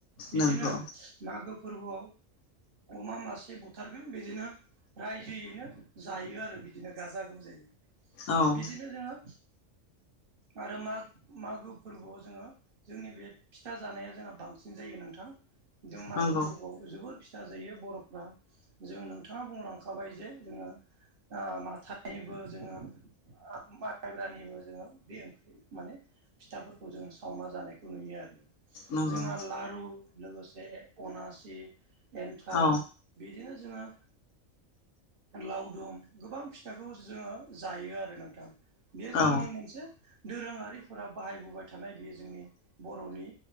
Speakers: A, on the right; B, on the left.
A: बिदिनो
B: नंगौ
A: मागो फोरबोआव अमा मासे बुथारगोन बिदिनो रायजोयैनो जायो आरो बिदिनो गाजा गोमजायै
B: औ
A: बिदिनो जोङो आरो माग मागो फोरबोआव जोङो जोंनि बे फिथा जानाया जोंहा बांसिन जायो नोंथां जों मागो
B: नंगौ
A: वाव जोबोर फिथा जायो बर'फ्रा जों नोंथाङा बुंलांखाबाय जे जोङो आ माथानिबो जोङो माइब्रानिबो जोङो बे ओंख्रि माने फिथाफोरखौ जोङो सावना जानायखौ नुयो आरो
B: नंगौ
A: जोंहा लारु लोगोसे अनासि एन्थाब
B: औ
A: बिदिनो जोङो लावदुम गोबां फिथाखौ जोङो जायो आरो नोंथां बेयो जोंनि
B: औ
A: मोनसे दोरोङारिफोरा बाहायबोबाय थानाय बेयो जोंनि बर'नि